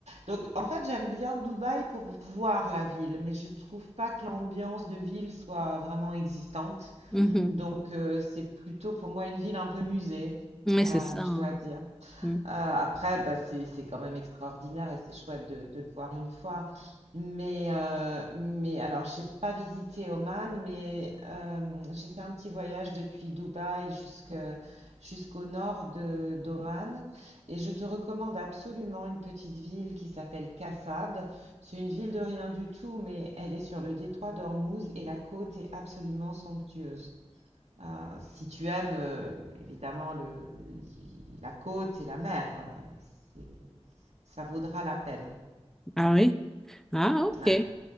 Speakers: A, on the right; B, in the centre.
A: Donc en fait, j'aime bien Dubaï pour voir la ville, mais je trouve pas que l'ambiance de ville soit vraiment existante.
B: mhm.
A: Donc euh, c'est plutôt pour moi une ville un peu musée,
B: Oui,
A: euh,
B: c'est ça.
A: je
B: hein.
A: dois dire.
B: Mhm.
A: Euh, après, bah, c'est c'est quand même extraordinaire et c'est chouette de, de le voir une fois. Mais, euh, mais alors, j'ai pas visité Oman, mais euh, j'ai fait un petit voyage depuis Dubaï jusque- jusqu'au nord de, d'Oman. Et je te recommande absolument une petite ville qui s'appelle Kassab. C'est une ville de rien du tout, mais elle est sur le détroit d'Ormuz et la côte est absolument somptueuse. Euh, si tu aimes, euh, évidemment, le, la côte et la mer, euh, c'est- ça vaudra la peine.
B: Ah oui? Ah, ok.
A: Ouais.